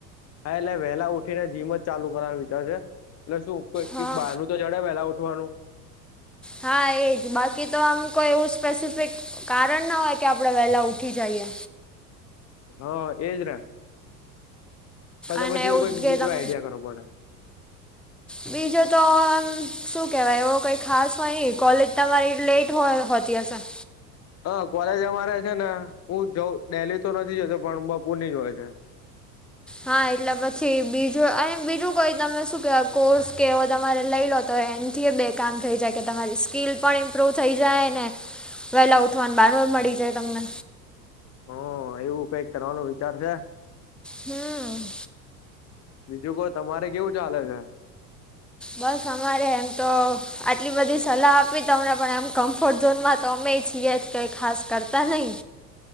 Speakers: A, on the left (about 30°); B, in the centre.
A: હા એટલે વહેલા ઉઠી ને જીમ જ ચાલુ કરવાનું વિચાર છે એટલે શું કો‌ઇ
B: હા
A: કઈ બાર. તો જડે પેલા ઉઠવાનું.
B: હા એજ બાકી તો આમ કોઈ એવું સ્પેસિફિક. કારણ ના હોય કે આપણે વહેલા ઉઠી જઈએ.
A: હા એજ ને. ક તો
B: અને
A: પછી એવું કઈક
B: કે
A: બીજું
B: તમ
A: આઈડિયા કરવો પડે.
B: બીજું તો આમ શું કહેવાય એવો કંઈ ખાસ હોય નહીં કોલેજ તમારી લેટ હોય હોતી હશે.
A: હ કોલેજ અમારે છે ને હું જઉં દેલી તો નથી જતો પણ બપોર ની જ હોય છે
B: હા એટલે પછી બીજું આએમ બીજું કોઈ તમે શું કેવાય કોર્સ કે એવો તમારે લઈ લો. તો એમથી બે કામ થઈ જાય કે તમારી સ્કીિલ પણ ઇમ્પ્રૂવ થઈ જાય ને. વહેલા ઉઠવાને બાનુ મળી જાય તમને
A: હા એવું કઈક કરવાનો વિચાર છે.
B: હું.
A: બીજું કો તમારે કેવું ચાલે છે.
B: બસ અમારે એમ તો આટલી બધી સલાહ આપી તમને પણ એમ કમ્ફર્ટ ઝોનમાં તો અમે જ. કિ આજ ક‌ઇ ખાસ કરતા નહીં.